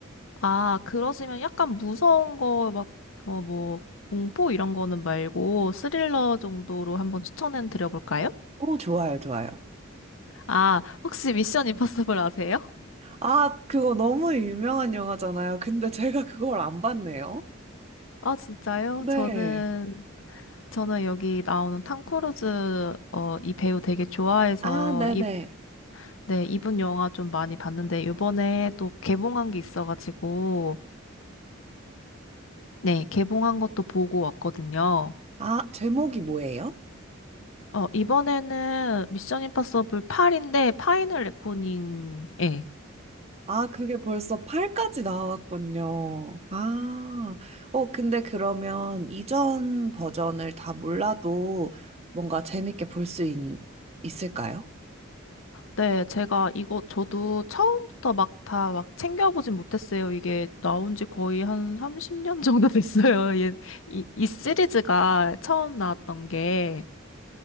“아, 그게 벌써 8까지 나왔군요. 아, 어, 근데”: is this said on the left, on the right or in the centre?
Right